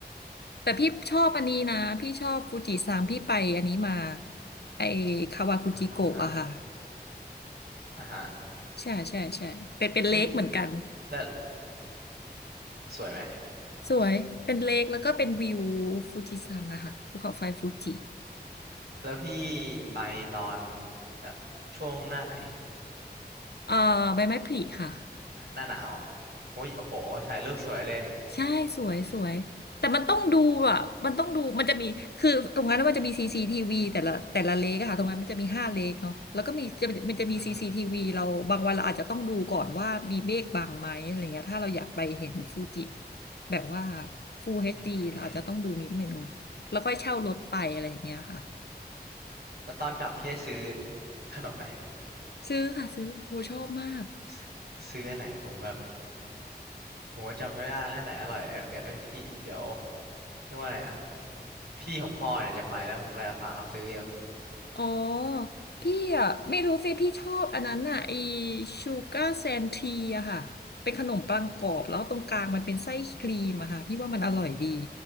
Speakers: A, on the left; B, on the right.
A: แต่พี่ชอบอันนี้นะพี่ชอบฟูจิซังพี่ไปอันนี้มาไอคาวากุจิโกะอะค่ะ
B: อ่าอ่าฮะ
A: ใช่ใช่ใช่เป็นเป็นเลคเหมือนกัน
B: เฮ้ยแล้วสวยไหม
A: สวยเป็นเลคแล้วก็เป็นวิวฟูจิซังอะค่ะภูเขาไฟฟูจิ
B: แล้วพี่ไปตอนแบบช่วงหน้าไหน
A: เอ่อใบไม้ผลิค่ะ
B: หน้าหน้าหนาวเหรอโอ้ยโอ้โหถ่ายรูปสวยเลย
A: ใช่สวยสวยแต่มันต้องดูอ่ะมันต้องดูมันจะมีคือตรงนั้นมันจะมีซีซีทีวีแต่ละแต่ละเลกอะค่ะตรงนั้นมันจะมีห้าเลกเนาะแล้วก็มีจะมันจะมีซีซีทีวีเราบางวันเราอาจจะต้องดูก่อนว่ามีเมฆบังไหมอะไรเงี้ยถ้าเราอยากไปเห็นฟูจิ
B: อือหือ
A: แบบว่า Full HD
B: อือหือ
A: เราอาจจะต้องดูนิดหนึ่งแล้วค่อยเช่ารถไปอะไรอย่างเงี้ยค่ะ
B: แล้วตอนกลับพี่ได้ซื้อขนมไหม
A: ซื้อค่ะซื้อโหชอบมาก
B: ซื้อซื้ออันไหนผมแบบผมว่าจำไม่ได้อันไหนอร่อยเนี่ยพี่เดี๋ยวเรียกว่าอะไรอะพี่ของพ่อเนี่ยจะไปแล้วผมก็จะฝากเขาซื้ออยู่
A: อ๋อพี่อ่ะไม่รู้สิพี่ชอบอันนั้นอ่ะไอชูการ์แซนทีอะค่ะเป็นขนมปังกรอบแล้วตรงกลางมันเป็นไส้ครีมอะค่ะพี่ว่ามันอร่อยดี